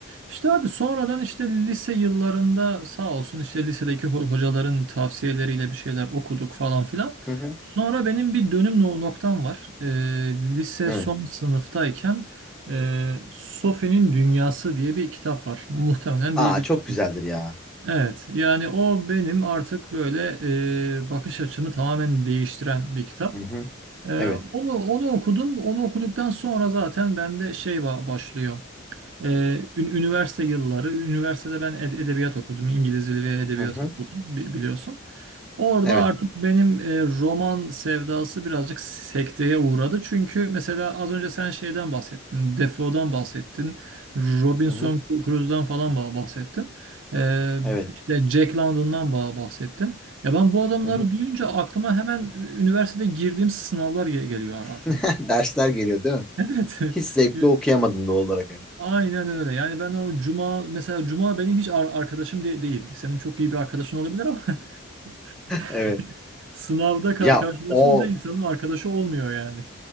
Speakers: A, on the right; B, in the centre.
A: İşte abi sonradan işte lise yıllarında sağ olsun işte lisedeki ho- hocaların tavsiyeleriyle bir şeyler okuduk falan filan.
B: Hı hı.
A: Sonra benim bir dönüm no- noktam var. Ee, lise
B: Evet.
A: son sınıftayken e, Sophie'nin Dünyası diye bir kitap var. Muhtemelen
B: Aa
A: bir bilirsin.
B: çok güzeldir ya.
A: Evet yani o benim artık böyle e, bakış açımı tamamen değiştiren bir kitap.
B: Hı hı.
A: Ee,
B: Evet.
A: onu, onu okudum. Onu okuduktan sonra zaten bende şey ba- başlıyor. Ee, ün- üniversite yılları, üniversitede ben ed- edebiyat okudum, İngiliz dili ve edebiyat
B: Hı hı.
A: okudum bi- biliyorsun. Orada
B: Evet.
A: artık benim e, roman sevdası birazcık sekteye uğradı. Çünkü mesela az önce sen şeyden bahsettin, Defoe'dan bahsettin, Robinson
B: Hı hı.
A: Crusoe'dan falan bah- bahsettin. Ee,
B: Evet.
A: işte Jack London'dan bah- bahsettin. Ya ben bu adamları
B: Hı hı.
A: duyunca aklıma hemen ü- üniversitede girdiğim sınavlar ge- geliyor. <laughs>
B: <laughs> Dersler geliyor değil mi?
A: Evet.
B: Hiç zevkli
A: <laughs>
B: okuyamadım doğal olarak. <laughs>
A: Aynen öyle. Yani ben o Cuma mesela Cuma benim hiç ar- arkadaşım de- değil. Senin çok iyi bir arkadaşın olabilir ama <laughs>
B: Evet.
A: sınavda ka-
B: Ya
A: karşılaşınca
B: o
A: insanın arkadaşı olmuyor yani.